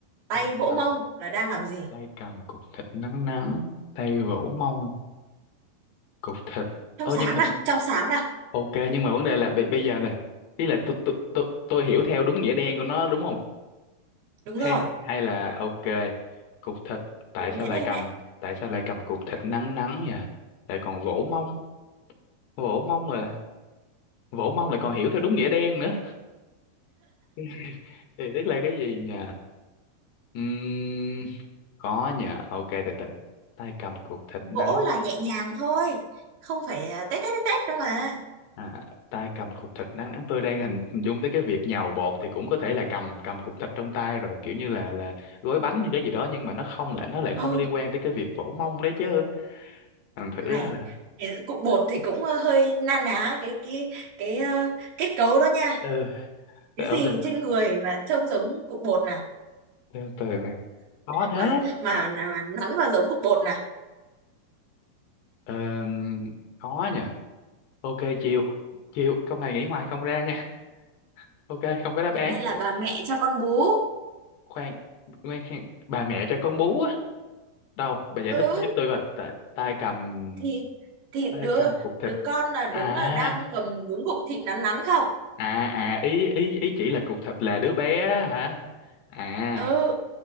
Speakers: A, on the right; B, on the left.
A: tay
B: tay
A: vỗ
B: cầm
A: mông là đang làm gì?
B: tay cầm cục thịt nắng nắng tay vỗ mông cục thịt
A: Trong
B: ô
A: sáng
B: nhưng mà
A: nào, trong sáng nào.
B: ok nhưng mà vấn đề là bây, bây giờ này ý là tôi tôi tôi tôi hiểu theo đúng nghĩa đen của nó đúng không
A: Đúng
B: hay
A: rồi,
B: hay là ok cục thịt tại
A: nghĩa
B: sao lại
A: đen
B: cầm
A: đấy.
B: tại sao lại cầm cục thịt nắng nắng nhỉ lại còn vỗ mông vỗ mông mà vỗ mông lại còn hiểu theo đúng nghĩa đen nữa <laughs> thì tức là cái gì nhỉ Ừm, có nha ok từ từ tay cầm cục thịt nắng
A: Vỗ là
B: nắng
A: nhẹ nhàng thôi, không phải à, tét tét tét tét đâu mà.
B: à, tay cầm cục thịt nắng nắng tôi đang hình hình dung tới cái việc nhào bột thì cũng có thể là cầm cầm cục thịt trong tay rồi kiểu như là là gói bánh hay cái gì đó nhưng mà nó không lại nó lại không
A: Ừ,
B: liên quan tới cái việc vỗ mông đấy chứ ừ, thử
A: này,
B: ra là
A: cái cục bột thì cũng ờ, hơi na ná cái cái cái ờ, kết cấu đó nha.
B: ừ
A: cái
B: từ
A: gì
B: từ
A: trên người mà trông giống cục bột nè
B: từ, từ nè có thế
A: mà mà mà nắn vào giống cục bột nè
B: ờ, có nha ok chịu chịu câu này nghĩ hoài không ra nha ok không có đáp án
A: thế nên là bà mẹ cho con bú
B: khoan khoan khoan. bà mẹ cho con bú á đâu bà giải
A: ừ
B: thích giúp tôi coi Tại- tay cầm
A: thì thì
B: tay
A: đứa
B: cầm cục thịt
A: đứa con là đúng
B: à
A: là đang cầm đúng cục thịt nắn nắn không
B: à à ý ý ý chỉ là cục thịt là đứa bé á hả à
A: ừ